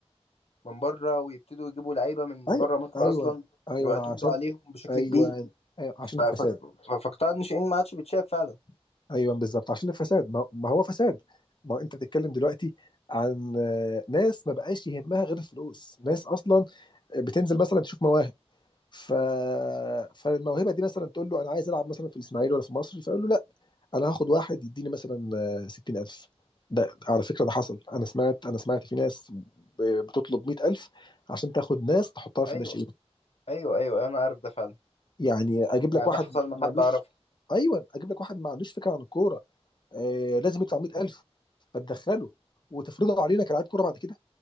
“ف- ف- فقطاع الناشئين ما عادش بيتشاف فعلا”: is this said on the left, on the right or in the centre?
Left